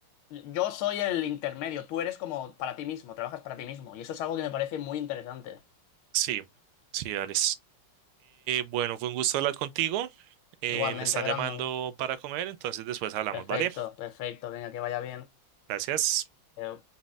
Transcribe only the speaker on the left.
Yo soy el intermedio, tú eres como para ti mismo, trabajas para ti mismo. Y eso es algo que me parece muy interesante.
Igualmente,
Brandon.
Perfecto,
perfecto, venga, que vaya bien.
Eh,